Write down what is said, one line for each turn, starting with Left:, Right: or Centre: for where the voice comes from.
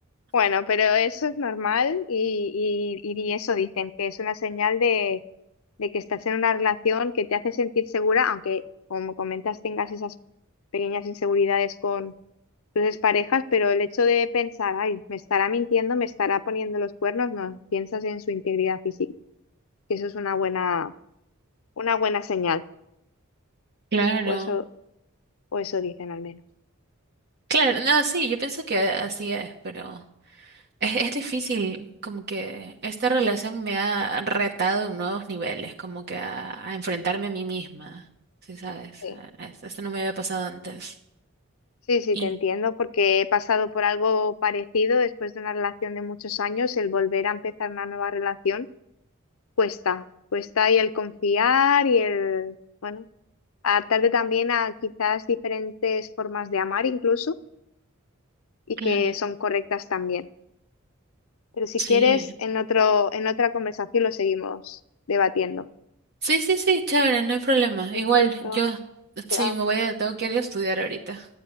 Left: Bueno, pero eso es normal y, y, y eso dicen, que es una señal de, de que estás en una relación que te hace sentir segura, aunque como comentas tengas esas pequeñas inseguridades con tus exparejas, pero el hecho de pensar, ay, me estará mintiendo, me estará poniendo los cuernos, no, piensas en su integridad física, que eso es una buena, una buena señal,
Right: Claro,
Left: o eso, o eso dicen al menos.
Right: claro, no, sí, yo pienso que así es, pero... Es, es difícil, como que esta relación me ha retado en nuevos niveles, como que a, a enfrentarme a mí misma, ¿sí sabes?
Left: Sí.
Right: A- a- Esto no me había pasado antes.
Left: Sí, sí,
Right: Y,
Left: te entiendo, porque he pasado por algo parecido después de una relación de muchos años, el volver a empezar una nueva relación cuesta, cuesta y el confiar y el, bueno, adaptarte también a quizás diferentes formas de amar incluso y
Right: claro,
Left: que son correctas también. Pero si
Right: sí.
Left: quieres, en otro, en otra conversación lo seguimos debatiendo.
Right: Sí, sí, sí, chévere, no hay problema.
Left: Perfecto,
Right: Igual, yo,
Left: chao.
Right: sí, me voy a, tengo que ir a estudiar ahorita.